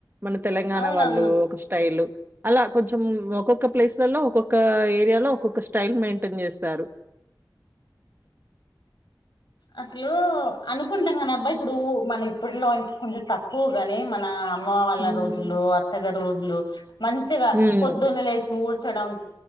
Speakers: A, on the right; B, on the left.
A: మన తెలంగాణ
B: అవునవును
A: వాళ్ళు ఒక స్టైల్. అలా కొంచెం ఒక్కొక్క ప్లేస్లలో ఒక్కొక్క ఏరి యాలో ఒక్కొక్క స్టైల్ మెయింటెన్ చేస్తారు.
B: అసలు అనుకుంటాం కానబ్బా, ఇప్పుడు మన ఇప్పట్లో ఇంక కొంచెం తక్కువ గాని, మన అమ్మ వాళ్ళ
A: హ్మ్.
B: రోజులు, అత్తగారి రోజులు, మంచిగా
A: హ్మ్.
B: పొద్దున్నే లేసి ఊ చడం.